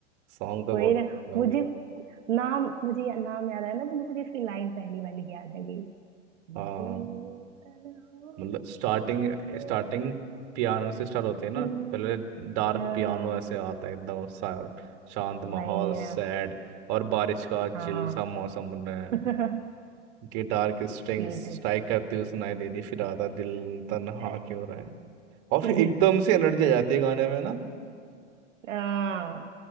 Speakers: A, on the right; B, on the right.
A: सॉन्ग तो
B: वही
A: बहुत
B: ना
A: अच्छा हो
B: मुझे
A: गई
B: नाम मुझे या- नाम याद आया ना तो मुझे इसकी लाइन पहली वाली याद आ गई दिल
A: हाँ
B: तन्हा क्यों
A: मतलब स्टार्टिंग
B: रहते?
A: स्टार्टिंग पियानो से स्टार्ट होते हैं ना
B: हम्म,
A: पहले डार्क
B: हाँ
A: पियानो ऐसे आता है एकदम सा- शांत
B: वही
A: माहौल
B: ना
A: सैड और बारिश का चिल
B: हाँ
A: सा मौसम बन रहा है
B: <laughs>
A: गिटार की स्ट्रिंग्स
B: ये तो
A: स्ट्राइक करती हुई सुनाई देती फिर आता दिल तन्हा
B: अरे
A: क्यों रहा है और फिर
B: <laughs>
A: एकदम से एनर्जी आ जाती है गाने में ना
B: हाँ